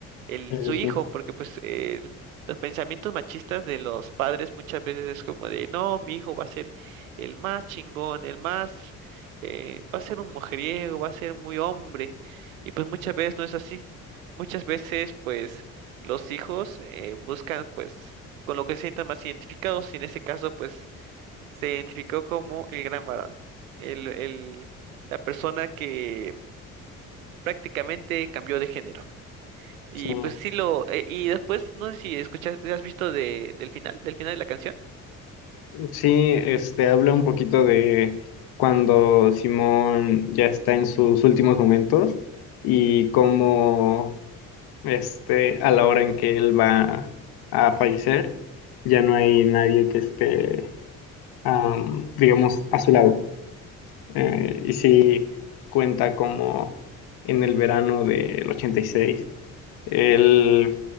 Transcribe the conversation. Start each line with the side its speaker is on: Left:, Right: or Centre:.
Right: el,
Left: Sí, sí,
Right: su hijo,
Left: sí.
Right: porque pues el- los pensamientos machistas de los padres muchas veces es como de, no, mi hijo va a ser el más chingón, el más, eh, va a ser un mujeriego, va a ser muy hombre, y pues muchas veces no es así. Muchas veces, pues, los hijos eh, buscan, pues, con lo que se sientan más identificados, y en ese caso, pues, se identificó como el gran varón, el, el- la persona que prácticamente cambió de género. Y
Left: Sí.
Right: pues sí lo, e- y después, no sé si escuchas, si has visto de, del final, del final de la canción,
Left: Sí, este habla un poquito de cuando Simón ya está en sus últimos momentos y cómo este, a la hora en que él va a fallecer, ya no hay nadie que esté, am, digamos, a su lado. Eh, y sí cuenta como en el verano del 86 él,